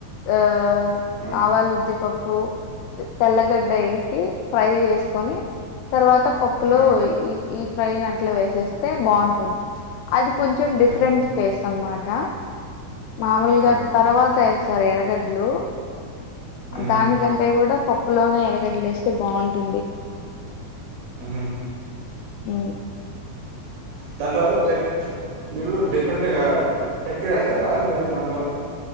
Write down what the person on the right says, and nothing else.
ఆ
ఆ
ఉహు
ఓకే
ఉహు
ఆహా
దాంట్లో చె మీరు డిఫరెంట్గా చక్క్రియ వేస్తారా మీరు దాంట్లో